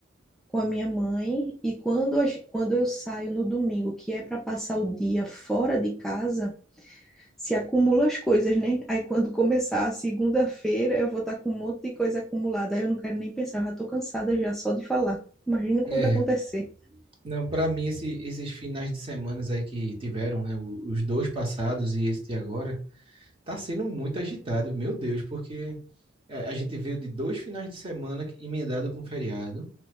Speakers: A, in the centre; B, on the right.
A: com a minha mãe e quando, a gen- quando eu saio no domingo, que é para passar o dia fora de casa, se acumula as coisas, né? Aí quando começar a segunda-feira, eu vou estar com um monte de coisa acumulada. Aí eu não quero nem pensar, eu já tô cansada já só de falar. Imagina quando
B: É.
A: acontecer.
B: Não, pra mim, esse- esses finais de semanas aí que tiveram, né? o- Os dois passados e este agora. tá sendo muito agitado, meu Deus, porque é, a gente veio de dois finais de semana que- emendado com feriado.